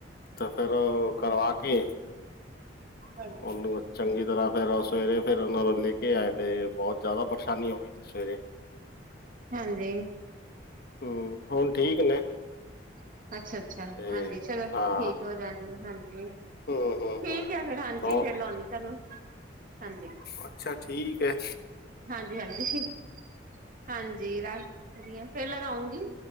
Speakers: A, on the left (about 55°); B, on the right (about 45°).
A: ਤੇ ਫੇਰ ਓ ਕਰਵਾ ਕੇ
B: ਹਾਂਜੀ।
A: ਉਹਨੂੰ ਚੰਗੀ ਤਰਾਂ ਫੇਰ ਓ ਸਵੇਰੇ ਫੇਰ ਓਨਾ ਨੂੰ ਲੇ ਕੇ ਆਏ ਤੇ ਬੋਤ ਜਾਦਾ ਪਰਸ਼ਾਨੀ ਹੋ ਗਈ ਸੀ ਸਵੇਰੇ।
B: ਹਾਂਜੀ।
A: ਹੂੰ, ਹੋਨ ਠੀਕ ਨੇ।
B: ਅੱਛ-ਅੱਛਾ,
A: ਤੇ
B: ਹਾਂਜੀ ਚਲੋ
A: ਹਾਂ
B: ਠੀਕ ਹੋ ਜਾਨਗੇ ਹਾਂਜੀ। ਠੀਕ
A: ਹੂੰ ਹੂੰ ਹੂੰ
B: ਐ ਫੇਰ ਹਾਂਜੀ
A: ਉਹ
B: ਫੇਰ ਲੌਨੀ ਤਾਂਨੂੰ, ਹਾਂਜੀ।
A: ਅੱਛਾ ਠੀਕ ਏ।
B: ਹਾਂਜੀ-ਹਾਂਜੀ, ਠੀ ਹਾਂਜੀ ਰਾੱਖ ਰੀ ਆਂ ਫੇਰ ਲਗਾਉਂਗੀ।